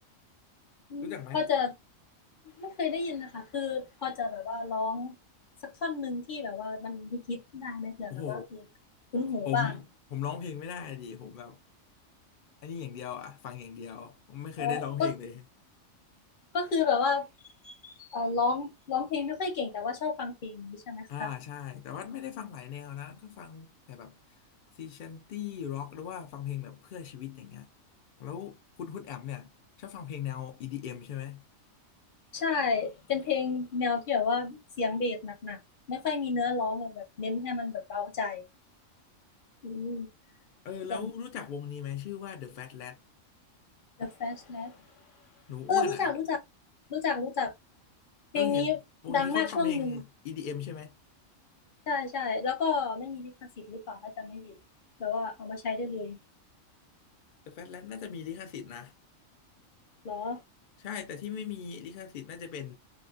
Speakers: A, on the left (about 45°); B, on the left (about 75°).
A: อืมพอจะ
B: รู้จักไหม
A: ไม่เคยได้ยินนะคะคือพอจะแบบว่าร้องสักท่อนหนึ่งที่แบบว่ามันฮิตๆได้ไหมเผื่อแบบว่าเออ
B: โอ้โห
A: คุ้นหูบ้าง
B: ผมผมร้องเพลงไม่ได้ดิผมแบบอันนี้อย่างเดียวอะฟังอย่างเดียวผมไม่เคยได้ร้องเพลงเลย
A: อ๋อก็ก็คือแบบว่าเออร้องร้องเพลงไม่ค่อยเก่งแต่ว่าชอบฟังเพลงนี้ใช่ไหมคะ
B: อ่าใช่แต่ว่าไม่ได้ฟังหลายแนวนะก็ฟังแต่แบบซีชันตี้ร็อกหรือว่าฟังเพลงแบบเพื่อชีวิตอย่างเงี้ยแล้วคุณคุณแอมเนี่ยชอบฟังเพลงแนว EDM ใช่ไหม
A: ใช่เป็นเพลงแนวที่แบบว่าเสียงเบสหนักๆไม่ค่อยมีเนื้อร้องแบบแบบเน้นให้มันแบบเร้าใจอืม
B: เออแล้วรู้จักวงนี้ไหมชื่อว่า
A: ส่วน
B: The Fat Lad
A: The Flash Lad
B: หนูอ้วนอ่ะ
A: เออรู้จักรู้จักรู้จักรู้จักเพลงนี้ดังมากช่วงหนึ่ง
B: เออเห็นวงนี้เขาทำเพลง EDM ใช่ไหม
A: ใช่ใช่แล้วก็ไม่มีลิขสิทธิ์หรือเปล่าถ้าจำไม่ผิดแบบว่าเอามาใช้ได้เลย
B: The Fat Lad น่าจะมีลิขสิทธิ์นะ
A: เหรอ
B: ใช่แต่ที่ไม่มีลิขสิทธิ์น่าจะเป็น